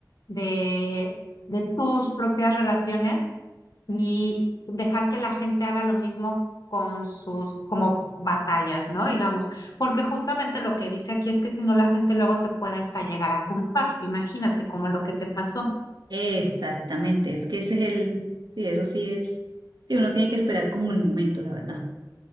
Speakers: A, on the left (about 60°); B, on the right (about 85°).
A: de, de tus propias relaciones y dejar que la gente haga lo mismo con sus como batallas, ¿no? Digamos, porque justamente lo que dice aquí es que si no la gente luego te puede hasta llegar a culpar, imagínate como lo que te pasó.
B: exactamente, es que ese es el, sí, eso sí es, sí, uno tiene que esperar como el momento, la verdad.